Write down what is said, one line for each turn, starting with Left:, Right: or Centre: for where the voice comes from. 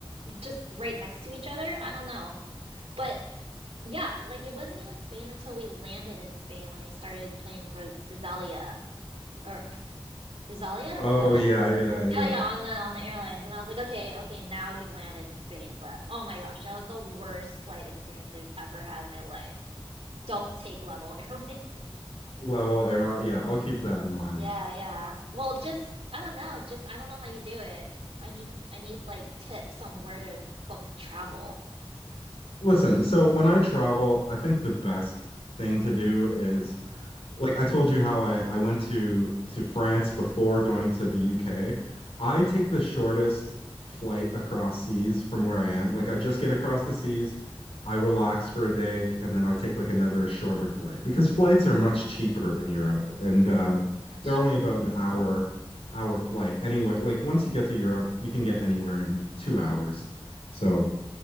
Right: just right next to each other. I don't know. But yeah, like it wasn't even Spain until we landed in Spain when they started playing Ro Rosalia or Rosalia?
Left: Oh
Right: Rosalia?
Left: yeah, yeah, yeah.
Right: Yeah, yeah, on the on the airlines. And I was like, okay, okay, now we've landed in Spain. But oh my gosh, that was the worst flight experience I've ever had in my life. Don't take Level <laughs> Airlines.
Left: Level airline. Yeah, I'll keep that in mind.
Right: Yeah, yeah. Well, just I don't know, just I don't know how you do it. I need I need like tips on where to book travel.
Left: Listen, so when I travel, I think the best thing to do is like I told you how I, I went to to France before going to the UK. I take the shortest
Right: Mm,
Left: flight across seas from where I am. Like I just get across the seas, I relax for a day, and then I take like another shorter flight because flights are much
Right: mm,
Left: cheaper in Europe and uh,
Right: that's
Left: they're
Right: true.
Left: only about an hour hour flight anywhere. Like once you get to Europe, you can get anywhere in two hours. So